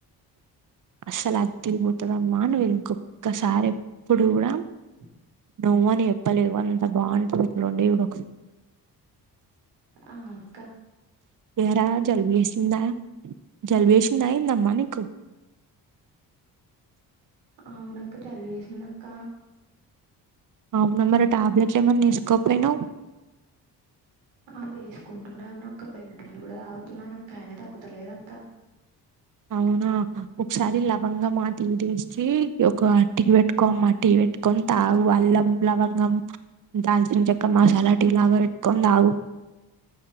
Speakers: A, on the right (about 45°); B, on the right (about 85°).
A: అస్సలు అదిరిపోతదమ్మా నువ్వు ఇంకొక్కసారి ఎప్పుడు కూడా
B: <unintelligible>
A: నువ్వు అని చెప్పలేవు అంత బాగుంటది ఇట్లా వండి ఈడు
B: ఆ అక్క
A: ఎరా జలుబు చేసిందా జలుబ చేసిందా ఏందమ్మా నీకు
B: అవునక్క జలుబు చేేసింది నక్ క్క
A: అవునా మరి టాబ్లెట్లు ఏమన్నా వేసుకోపోయినావు
B: అవే స్ క్కుంటునే ఉన్న అక్క బెన్నడ్రిలు కూడా తాగుతున్నానక్క అయినా తగ్గుతలేదు అ
A: అవునా కసారి లవంగా మాటిటేస్టీ ఒక అట్టికి పెట్టుకో అట్కి పెట్టుకొని తాగు అల్లం లవంగం దాల్చిన చెక్క, మసాలా డ్ టీ లాగా పెట్కొని తాగు